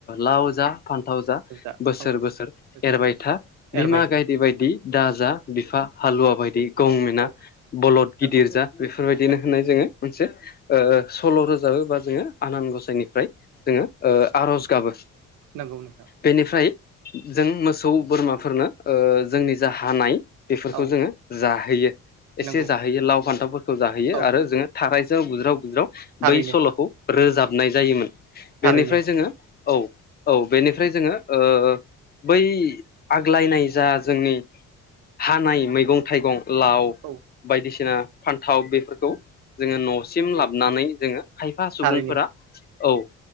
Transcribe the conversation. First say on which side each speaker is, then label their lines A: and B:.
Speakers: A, on the left (about 35°); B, on the right (about 80°).
A: लाव जा फान्थाव जा
B: बुरजा
A: बोसोर
B: औ
A: बोसोर
B: बोसोर
A: एरबाय था बिमा
B: एरबाय था
A: गायदे बायदि
B: नंगौ
A: दा जा
B: औ
A: बिफा हालुवा
B: औ
A: बायदि गंमिना
B: औ
A: बलद गिदिर
B: नंगौ
A: जा बेफोरबायदिनो
B: नंगौ
A: होनो जोंङो। मोनसे सल' रोजाबोबा जोंङो आनान गसाइनिफ्राय जोंङो आर'ज गाबोन
B: नोंगौ नोंथां।
A: बेनिफ्राय जों मोसौ बोरमाफोरनो जोंनि जा हानाय बेफोरखौ
B: औ
A: जोंङो जाहोयो एसे
B: नंगौ
A: जाहोयो लाव फान्थावफोरखौ जाहोयो
B: औ
A: आरो जोंङो थारायजों बुज्राव बुज्राव
B: थारैनो
A: बै सल'खौ रोजाबनाय जायोमोन
B: थारैनो
A: बेनिफ्राय जोंङो औ औ बेनिफ्राय जोंङो ओ बै आग्लायनाय जा जोंनि हानाय मैगं थाइगं लाव
B: औ
A: बायदिसिना फान्थाव बेफोरखौ जोंङो न'सिम लाबोनानै जोंङो खायफा सुबुंफोरा
B: थारैनो
A: औ